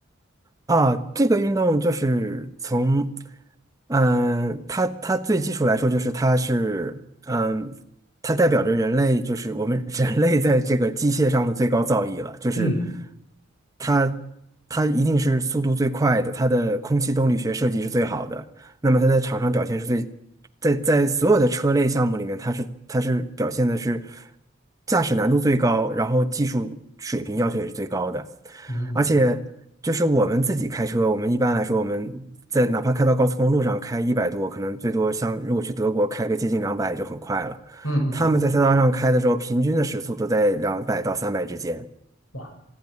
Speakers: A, on the right; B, on the left.
A: 啊，这个运动就是从，嗯，它它最基础来说就是它是，嗯，它代表着人类，就是我们 <laughs> 人类在这个机械上的最高造诣了，就是
B: 嗯
A: 它它一定是速度最快的，它的空气动力学设计是最好的，那么它在场上表现是最，在在所有的车类项目里面，它是它是表现的是驾驶难度最高，然后技术水平要求也是最高的。
B: 嗯
A: 而且就是我们自己开车，我们一般来说，我们在哪怕开到高速公路上开一百多，可能最多像如果去德国开个接近两百就很快了。
B: 嗯嗯，
A: 他们在赛道上开的时候，平均的时速都在两百到三百之间。
B: 哇